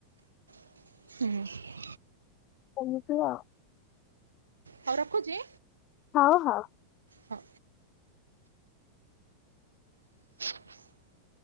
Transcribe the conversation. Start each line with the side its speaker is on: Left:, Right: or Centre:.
Right: ହୁଁ
Left: କୋହୁଥୁବ।
Right: ହଉ ରଖୁଚି।
Left: ହଁ ହଁ।
Right: ହ। <inaudible>